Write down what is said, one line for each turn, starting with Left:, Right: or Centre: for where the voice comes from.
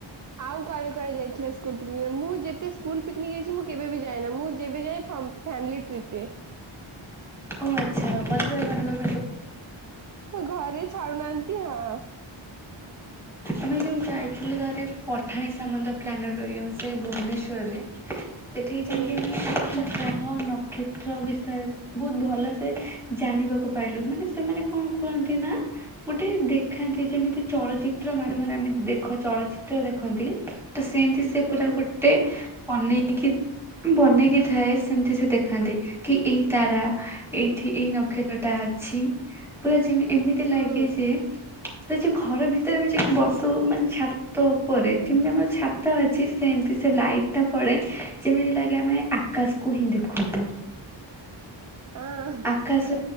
Right: ଆଉ କୁଆଡେ କୁଆଡେ ଯାଇଥିଲ ସ୍କୁଲ ପିକନିକରେ? ମୁଁ ଯେତେ ସ୍କୁଲ ପିକନିକ ଯାଇଛି ମୁଁ କେବେ ବି ଯାଏନା, ମୁଁ ଯେବେ ଯାଏ ଫ ଫାମିଲି ଟ୍ରିପରେ।
Centre: ଓ ଆଛା। <unintelligible>
Right: ଆମ ଘରେ ଛାଡୁନାହାନ୍ତି ହଁ
Centre: ଆମେ ଯୋଉ ଯାଇଥିଲୁ ଥରେ ପଠାଣି ସାମନ୍ତ ପ୍ଲାନେଟୋରିୟମ ସେଇ ଭୁବନେଶ୍ଵରରେ ସେଠିକି
Right: ହୁଁ
Centre: ଯାଇ ଆ ମାନେ ହଁ ନକ୍ଷତ୍ର ବିଷୟରେ ବହୁତ ଭଲ ସେେ ଜାଣିବାକୁ ପାଇଲୁ ମାନେ ସେମାନେ କଣ କୁହନ୍ତି ନା ଗୋଟେ ଦେଖାନ୍ତି ଯେମିତି ଚଳଚିତ୍ର ମାଧ୍ୟମରେ ଆମେ ଦେଖ ଚଳଚିତ୍ର ଦେଖନ୍ତି ତ ସେମିତି ସେ ପୁରା
Right: ହୁଁ
Centre: ଗୋଟେ ବନେଇକି ବନେଇକି ଥାଏ ସେମିତି ସେ ଦେଖାନ୍ତି କି ଏଇ ତାରା ଏଇଠି ଏଇ ନକ୍ଷତ୍ରଟା ଅଛି ପୁରା ଯେମିତି ଏମିତି ଲାଗେ
Right: ହୁଁ
Centre: ଯେ ସେ ଯେ ଘର ଭିତରେ ଆମେ ଯାଇକି ବସୁ ମାନେ ଛାତ ଉପରେ ଯେମିତି ଆମର ଛାତ ଅଛି ସେମତି ସେ ଲାଇଟ ଟା ପଡେ ଯେମିତି ଲାଗି ଆମେ ଆକାଶକୁ ହିଁ ଦେଖୁଛୁ।
Right: ହଁ
Centre: ଆକାସ